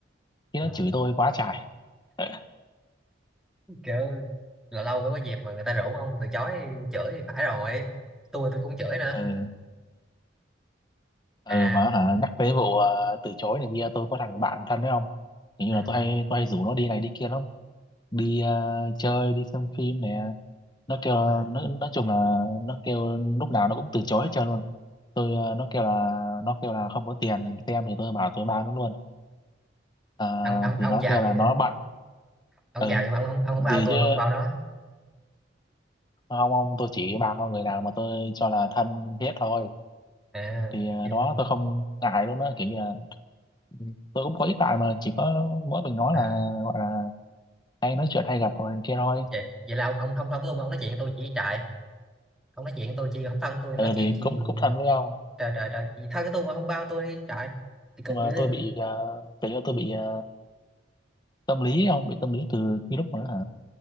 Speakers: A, on the left; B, in the centre.
A: khi
B: à.
A: nó chửi tôi quá trời <laughs>
B: kiểu là lâu mới có dịp mà người ta rủ ông từ chối chửi thì phải rồi tôi tôi cũng chửi nữa
A: ừ, ừ
B: à
A: mà hả nhắc tới vụ ờ, từ chối này kia tôi có thằng bạn thân đấy không kiểu
B: ừ.
A: như là tôi hay tôi hay rủ nó đi này đi kia lắm đi ờ, chơi đi xem phim nè nó kêu
B: Ờ,
A: nó nói chung là nó kêu lúc nào nó cũng từ chối hết trơn luôn tôi ờ, nó kêu là nó kêu là không có tiền xem thì tôi bảo tôi bao nó luôn à,
B: ông ông
A: thì
B: ông
A: nó
B: giàu
A: kêu là
B: dữ vậy
A: nó bận
B: ông
A: ừ
B: giàu nhưng mà ông không ông không
A: gì
B: bao tôi
A: chứ
B: mà ông bao nó
A: không ông tôi chỉ bao con người nào mà tôi cho là thân thiết thôi
B: à,
A: thì ờ,
B: gì
A: đó
B: mà-
A: tôi không ngại luôn á kiểu như là ừ, tôi cũng có ít bạn mà chỉ có mỗi mình nói
B: à
A: là gọi là hay nói chuyện hay gặp rồi kia thôi
B: vậy vậy là ông ông không thân với tôi mà ông nói chuyện với tôi chỉ trại ông nói chuyện với tôi chi không thân với tôi
A: ừ
B: nói chuyện
A: thì
B: chi
A: cũng cũng thân với nhau
B: trời trời trời gì thân với tôi mà không bao tôi đi trại thì cục
A: nhưng mà
B: dữ
A: tôi
B: vậy.
A: bị uh, kiểu như tôi bị ờ, tâm lý ông bị tâm lý từ cái lúc mà nó hả